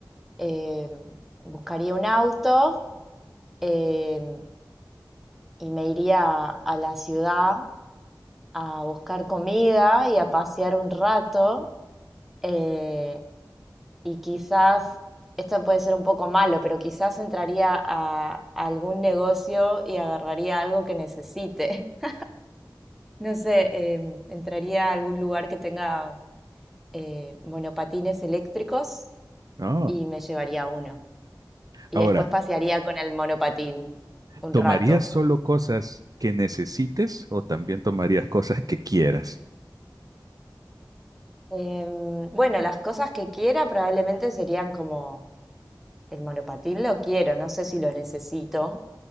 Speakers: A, in the centre; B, on the right (about 55°).
A: em, buscaría un auto em, y me iría a la ciudad a buscar comida y a pasear un rato. eh, y quizás, esto puede ser un poco malo, pero quizás entraría a, a algún negocio y agarraría algo que necesite. <laughs> No sé, em, entraría a algún lugar que tenga eh, monopatines eléctricos
B: No.
A: y me llevaría uno. Y
B: ahora
A: después pasearía con el monopatín un
B: ¿Tomarías
A: rato.
B: solo cosas que necesites o también tomarías cosas que quieras?
A: Em, bueno, las cosas que quiera probablemente serían como el monopatín lo quiero, no sé si lo necesito,